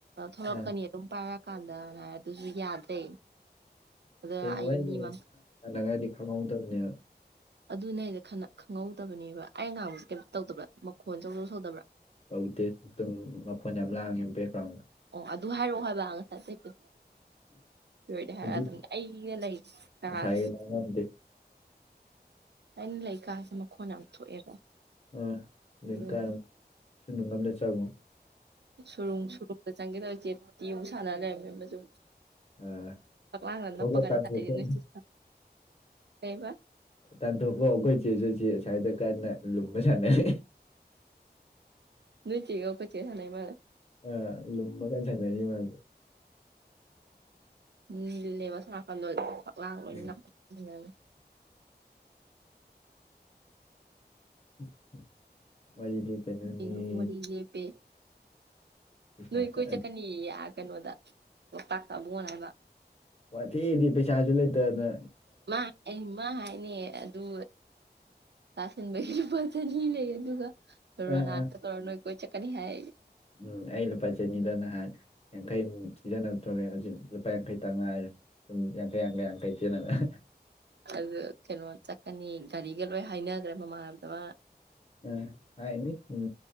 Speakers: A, on the right; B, on the left.
A: ꯊꯂꯛꯀꯅꯤ
B: ꯑꯥ
A: ꯑꯗꯨꯝ ꯄꯥꯏꯔꯛ ꯀꯥꯟꯗꯅ ꯍꯏꯔ ꯑꯗꯨꯁꯨ ꯌꯥꯗ꯭ꯔꯦ ꯑꯗ
B: ꯀꯩꯅꯣ
A: ꯑꯩ
B: ꯋꯥꯔꯤ
A: ꯃꯤ ꯃꯥꯡ
B: ꯁꯥꯟꯅꯒꯔꯗꯤ ꯈꯪꯍꯧꯗꯕꯅꯦꯕ
A: ꯑꯗꯨꯅꯦ ꯍꯏꯖꯦ ꯈꯪꯍꯧꯗꯕꯅꯦꯕ ꯑꯩꯅ ꯉꯥꯡꯕꯁꯦ ꯀꯩꯝꯇ ꯇꯧꯗꯕ꯭ꯔꯥ ꯃꯈꯣꯟ ꯆꯧꯗꯧ ꯁꯧꯗꯕ꯭ꯔꯥ
B: ꯇꯧꯗꯦ ꯑꯃꯨꯇꯪ ꯃꯈꯣꯟ ꯌꯥꯝ ꯂꯥꯡꯉꯦ ꯕꯦꯛꯒ꯭ꯔꯥꯎꯟꯗ
A: ꯑꯣ ꯑꯗꯨ ꯍꯥꯏꯔꯛꯑꯣ ꯍꯥꯏꯕ ꯉꯁꯤ ꯁꯣꯏꯗꯦ ꯍꯥꯏꯔ
B: ꯍꯧꯖꯤꯛ
A: ꯑꯗꯨꯅꯤ ꯑꯩꯅ ꯂꯩ ꯀꯥꯥꯁꯦ
B: ꯉꯁꯥꯏꯒꯤ ꯂꯥꯡꯉꯝꯗꯦ <inaudible>
A: ꯑꯩꯅ ꯂꯩꯀꯥꯁꯦ ꯃꯈꯣꯟ ꯌꯥꯝ ꯊꯣꯛꯑꯦꯕ
B: ꯑꯥ ꯑꯗꯩ
A: ꯑꯗꯨꯒꯤ
B: ꯀꯔꯣ ꯁꯨꯔꯨꯡ ꯑꯃꯗ ꯆꯥꯪ ꯉꯣ
A: ꯁꯨꯔꯨꯡ ꯁꯨꯔꯨꯝꯗ ꯆꯪꯒꯦ ꯇꯧꯋꯦ ꯆꯦꯠꯇꯤ ꯑꯃꯨꯛ ꯁꯥꯟꯅ ꯂꯩꯔꯝꯃꯦ ꯑꯃꯖꯨ
B: ꯑꯥ
A: ꯐꯛꯂꯥꯡꯗ ꯅꯞꯄꯒꯅꯤ
B: ꯊꯣꯛꯑꯒ ꯇꯥꯟꯊꯣꯛꯈꯣ
A: ꯁꯥꯥꯅꯩꯁꯦ ꯅꯣꯢ ꯆꯦ ꯀꯩꯕ
B: ꯇꯥꯟꯊꯣꯛꯈꯣ ꯑꯣꯒꯣꯏ ꯆꯦꯁꯨ ꯁ꯭ꯋꯥꯏꯗ ꯀꯟꯅ ꯂꯨꯃ ꯁꯅꯔꯤ
A: ꯅꯣꯢꯆꯦꯒ ꯑꯈꯣꯢ ꯆꯦ ꯒ ꯁꯥꯅꯩ ꯃꯥꯂꯦ
B: ꯑꯥ ꯂꯨꯝꯃꯒ ꯁꯅꯔꯤ ꯃꯥꯁꯨ
A: ꯎꯝ ꯅꯤꯜꯅꯦꯕ ꯁꯣꯝꯅꯥꯀꯟꯗꯣ ꯐꯛꯂꯥꯡ ꯂꯣꯏ
B: ꯎꯝ
A: ꯅꯞꯄꯅꯤꯅ
B: <unintelligible> <inaudible>
A: ꯑꯩꯅ ꯋꯥꯔꯤ ꯂꯦꯞꯄꯦ
B: ꯄꯩꯁꯥ
A: ꯅꯣꯏ
B: ꯀꯛꯑꯅꯤ
A: ꯀꯣꯏ ꯆꯠꯀꯅꯤꯌꯦ ꯑ ꯀꯩꯅꯣꯗ ꯂꯣꯛꯇꯥꯛ ꯇꯥ ꯑꯕꯨꯉꯣꯅ ꯍꯥꯏꯕ
B: ꯋꯥꯊꯤꯗꯤ ꯄꯩꯁꯥꯁꯨ ꯂꯩꯇꯅ
A: ꯃꯥ ꯃꯥ ꯍꯥꯏꯅꯤ ꯑꯗꯨ ꯇꯥꯁꯤꯟꯕꯒꯤ ꯂꯨꯄꯥ ꯆꯅꯤ ꯂꯩ ꯑꯗꯨꯒ
B: ꯑꯥ
A: ꯔꯣꯅꯥꯇꯧꯔ
B: ꯑꯥ
A: ꯅꯣꯏ ꯀꯣꯏ ꯆꯠꯀꯅꯤ ꯍꯥꯏ
B: ꯎꯝ ꯑꯩ ꯂꯨꯄꯥ ꯆꯅꯤꯗꯣ ꯅꯍꯥꯟ ꯌꯥꯡꯈꯩ ꯁꯤꯖꯟꯅ ꯊꯣꯛꯑꯦ ꯍꯧꯖꯤꯛ ꯂꯨꯄꯥ ꯌꯥꯡꯈꯩ ꯇ ꯉꯥꯏꯔꯦ ꯎꯝ ꯌꯥꯡꯈꯩ ꯌꯥꯡꯈꯩ ꯆꯦꯅ <unintelligible>
A: ꯑꯗꯨ ꯀꯩꯅꯣ ꯆꯠꯀꯅꯤ ꯒꯥꯔꯤꯒ ꯂꯣꯏ ꯍꯥꯏꯅꯒ꯭ꯔꯦ ꯃꯃꯥꯟꯅꯕꯗ ꯃꯥꯅ
B: ꯎꯝ ꯍꯥꯏꯅꯤ ꯎꯝ